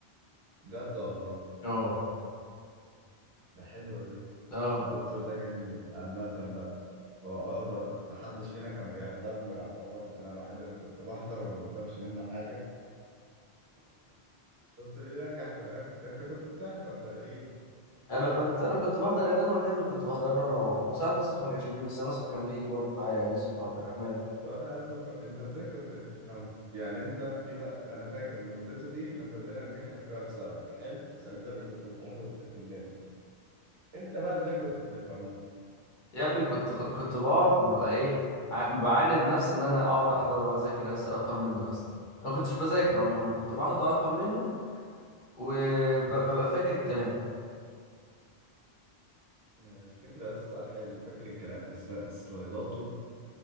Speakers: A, on the right (about 70°); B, on the left (about 50°).
A: بجد والله
B: اه
A: ده حلو ده
B: اه
A: الدكتور ده جامد عامة بقى هو اه بر- محدش فينا كان بيحضر له يعتبر انا الوحيد اللي كنت بحضر وما بفهمش منه حاجة بس بينجح في الاخر انت كنت بتحضر تقريبا
B: انا كنت انا كنت بحضر يا ابني أنا الوحيد اللي كنت بحضر له انا هو. وساعات نصف ما كانش بيجي بس نصف كان بيجي برضه معايا يوسف عبد الرحمن
A: طب انا عايز افهم انت ازاي كنت بتفهم يعني انت في ما... انا فاكر مادته دي احنا كلنا نجحنا فيها بسببك حلو بس انت اللي كنت بتروح وتذاكر لنا انت بقى ازاي كنت بتفهمه
B: يا ابني كنت كنت بقعد ببقى ايه ع- بعاند نفسي ان انا اقعد احضر واذاكر أس- افهم منه يا اسطى انا كنتش بذاكر عموما انا كنت بقعد افهم منه وببقى فاكر الكلام
A: آه، الفكرة لسه حلو فاكر الكلام بس سلايداته